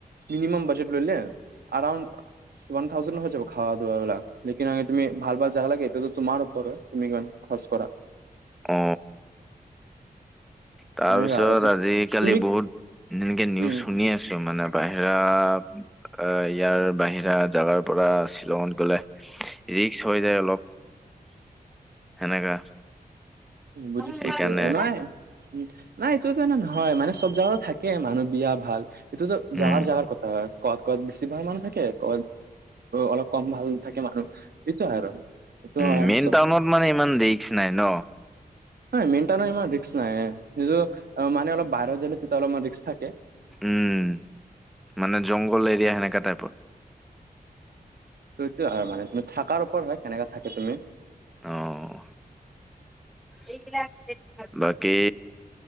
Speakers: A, on the right; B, in the centre.
A: মিনিমাম বাজেট লৈলেউড ওৱান থাউজেণ্ড হৈ যাব খ দাবলাক লকিন আগে তুমি ভাল ভাল জাগা লাগেো তোমাৰপৰত তুমি ইমান খৰচ কৰা
B: অ', তাৰ
A: সেনেকা
B: পিছত
A: আৰু
B: আজি-কালি
A: তুমি
B: বহুত এনেকে নিউজ
A: উম
B: শুনি আছু মানে বাহিৰা, অ', ইয়াৰ বাহিৰা জাগাৰ পৰা শ্বিলংত গ'লে, ৰিক্স হৈ যায় অলপ। সেনেকা।
A: বুজিছোঁটো,
B: সেইকাৰণে
A: নহয়। উম নাই এইটোতানে নহয় মানে চব জাগগা থাকে মানুহ বিয়া ভাল ইটো টো জাগাৰ-জাগাৰ
B: উম
A: কথা হয়। কত কত বেছিভাগ মানুহ থাকে ক অলপ কম ভাল থাকে মানুহ সেইটো আৰু সটো
B: উম
A: হয় আচল
B: মেইন টাউনত মানে ইমান ৰিক্স নাই ন
A: ন মিণ্ট নম নাই সেইটো অ মানে অলপ বাহ যলে তে তলাৰ ক্সা
B: উম মানে জংঘল এৰিয়া সেনেকা টাইপত
A: টো সিটোৱে আৰু মানে তুমি থাকাৰ ওপৰত হয়, কেনেকে থাকে তুমি।
B: আহ এইবিলাক জেদ কৰা, নাই কি